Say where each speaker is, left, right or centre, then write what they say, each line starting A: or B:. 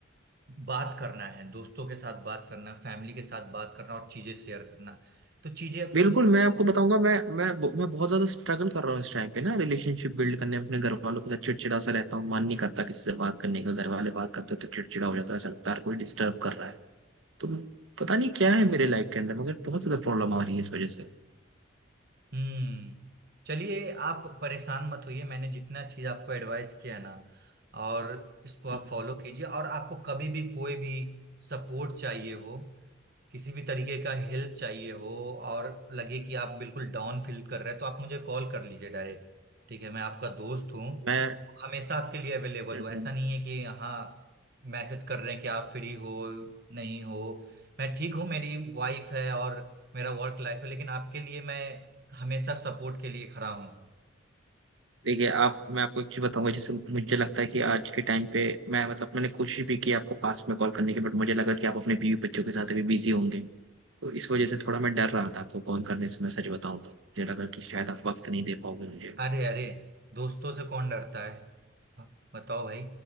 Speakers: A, on the right (about 50°); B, on the right (about 75°).
A: बात करना है दोस्तों के साथ बात करना फैमिली के साथ बात करना और चीजें शेयर करना तो चीजें खुद
B: बिल्कुल
A: ब
B: मैं
A: खुद
B: आपको बताऊंगा मैं मैं मैं बहुत ज्यादा स्ट्रगल कर रहा हूँ इस टाइम पे ना रिलेशनशिप बिल्ड करने में अपने घर वालों के साथ चिड़चिड़ा सा रहता हूँ मन नहीं करता किसी से बात करने का घर वाले बात करते हैं तो चिड़चिड़ा हो जाता है ऐसा लगता है हर कोई डिस्टर्ब कर रहा है तो पता नहीं क्या है मेरे लाइफ के अंदर मगर बहुत ज्यादा प्रॉब्लम आ रही है इस वजह से
A: हम्म चलिए आप परेशान मत होइए मैंने जितना चीज आपको एडवाइस किया है ना और इसको आप
B: हम्म।
A: फॉलो कीजिए और आपको कभी भी कोई भी सपोर्ट चाहिए हो किसी भी तरीके का हेल्प चाहिए हो और लगे कि आप बिल्कुल डाउन फील कर रहे हैं तो आप मुझे कॉल कर लीजिए डायरेक्ट ठीक है मैं आपका दोस्त हूँ
B: मैं
A: हमेशा आपके लिए अवेलेबल
B: हम्म,
A: हूँ ऐसा
B: हम्म।
A: नहीं है कि हाँ मैसेज कर रहे हैं कि आप फ्री हो नहीं हो मैं ठीक हूँ मेरी वाइफ है और मेरा वर्क लाइफ है लेकिन आपके लिए मैं हमेशा सपोर्ट के लिए खड़ा हूँ
B: देखिए आप मैं आपको एक चीज बताऊंगा जैसे मुझे लगता है कि आज के टाइम पे मैं मतलब मैंने कोशिश भी की आपको पास में कॉल करने की बट मुझे लगा कि आप अपने बीवी बच्चों के साथ अभी बिजी होंगे तो इस वजह से थोड़ा मैं डर रहा था आपको कॉल करने से मैं सच बताऊं तो मुझे लगा कि शायद आप वक्त नहीं दे पाओगे मुझे
A: अरे अरे दोस्तों से कौन डरता है हाँ, बताओ भाई